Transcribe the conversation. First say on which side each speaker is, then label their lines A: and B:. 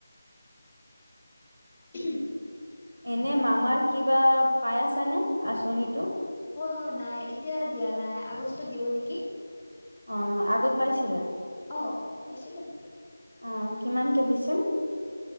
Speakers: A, on the left (about 15°); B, on the right (about 80°).
A: উম
B: এনে মামাৰ কিবা পাই আছা নে, আঁচনিতো?
A: অ', নাই, এতিয়া দিয়া নাই, আগষ্টত দিব নেকি।
B: অ', আগত পাইছিলা?
A: অ', পাইছিলো।
B: অ', কিমানকে দিছিল?